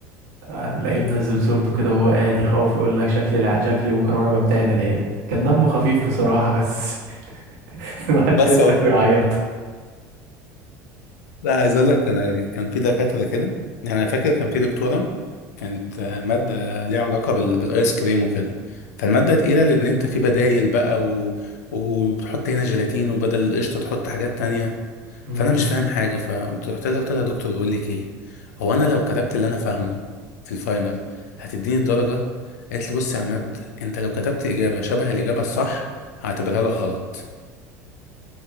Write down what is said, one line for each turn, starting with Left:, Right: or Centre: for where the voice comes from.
Right: هنلاقيه منزل صورته كده وهو قاعد يخوف يقول لك شكلي الع... شكلي بكره وانا بمتحن العيال كان دمه خفيف بصراحه بس <laughs> الواحد
Left: بس
Right: بيضحك ويعيط
Left: لا عايز اقول لك انا كان في دكاتره كده يعني انا فاكر كان في دكتوره كانت آه، ماده ليها علاقه بال... بالايس كريم وكده فالماده تقيله لان انت في بدايل بقى و... وبتحط هنا جيلاتين وبدل القشطه تحط حاجات تانية
Right: امم
Left: فانا مش فاهم حاجه فقمت رحت لها قلت لها يا دكتور بقول لك ايه هو انا لو كتبت اللي انا فاهمه في الفاينل هتديني الدرجه قالت لي بص يا عماد انت لو كتبت اجابه شبه الاجابه الصح هعتبرها لك غلط